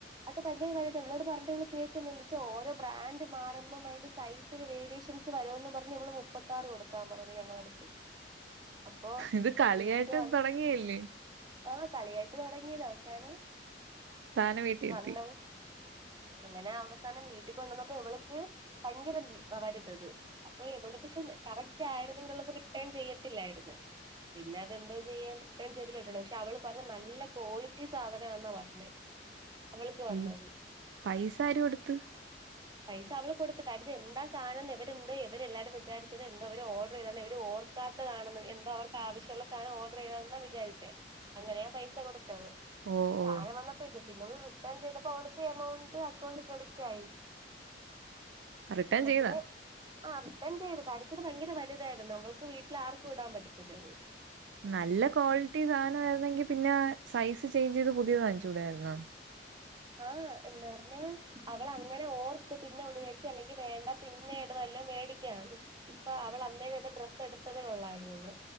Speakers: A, on the right; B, on the right.
A: അത് ഭയങ്കര വൽത് ഇവളോട് പറഞ്ഞട്ട് ഇവള് കേക്ക്ന്നില്ലച്ച ഓരോ ബ്രാന്റ് മാർമ്പോ മയിന്റെ സൈസില് വേരിയേഷൻ സ് വരോന്ന് പറഞ്ഞ് ഇവള് മുപ്പത്താറ് കൊടുക്കാൻ പറഞ്ഞ് ഞങ്ങളട്ത്ത് അപ്പൊ
B: ഇത് കളിയായിട്ട്
A: ജീൻസ് വന്ന്
B: തൊടങ്ങിയല്ലേ
A: ആ കളിയായിട്ട് തൊടങ്ങിയത് അവസാനം
B: സാധനം വീട്ടിൽ
A: വണം
B: എത്തി
A: അങ്ങനെ അവസാനം വീട്ടീ കൊണ്ടന്നപ്പോ ഇവള്ക്ക് ഭയങ്കര വീ വരതത് അപ്പൊ ഇവള്തേഷം കറക്റ്റ് ആയര്ന്ന് നിങ്ങളത് റിട്ടേൺ ചെയ്യത്തില്ലായിര്ന്ന് പിന്നെ അതന്തൊ ചെയ്യാ റിട്ടേൺ ചെയ്തല്ലാറ്റോ പക്ഷെ അവള് പറഞ്ഞ് നല്ല ക്വാളിറ്റി സാധനാന്നാ പറഞ്ഞ് അവൾക്ക് വന്നത്
B: വീ പൈസ ആര് കൊടുത്ത്
A: പൈസ അവള് കൊട്ത്ത് കാര്യത് എന്താ സാനംന്ന് ഇവരെന്ത ഇവരെല്ലാരും വിചാരിച്ചത് എന്താ ഇവര് ഓർഡറ് ചെയ്താർന്ന് ഇവര് ഓ പത്തതാണന്ന് എന്താ ഓർക്ക്വശ്യമുള്ള സാനം ഓർഡർ യ്തന്നാ വിചാരിച്ചേ അങ്ങനെയാ പൈസ കൊടുത്തത്
B: ഓ
A: പക്ഷെ
B: ഓ
A: സാനം വന്ന പിത്പിന്നെ അവള് റിട്ടേൺ ചെയ്തപ്പോ അവൾക്ക് എമൗണ്ട് അക്കൗണ്ട് ക്രെഡിറ്റ് ആയി
B: റിട്ടേൺ
A: പക്ഷെ
B: ചെയ്താ
A: ആ റിട്ടേൺ ചെയ്ത് കരച്ചത് ഭയങ്കര വലുതായിരുന്നു നമ്മൾക്ക് വീട്ടിൽ ആർക്കും ഇടാൻ പറ്റത്തില്ലത്
B: നല്ല ക്വാളിറ്റി സാധന ആയിരുന്നെങ്കി പിന്നെ സൈസ് ചേഞ്ച് ചെയ്ത് പുതിയത് വാങ്ങിച്ചുടരുന്നോ
A: ആഹ് എന്ന് പറഞ്ഞാ അവളങ്ങനെ ഓർത്ത് പിന്നെ അവള് വിചരിച്ച അല്ലെങ്കി വേണ്ട പിന്നെ ട് തെല്ലാം വേടിക്കാം ഇപ്പൊ അവൾ അന്നേത്തെ ഡ്രസ് എടുത്തതേ ഉള്ളായിരുന്നുന്ന്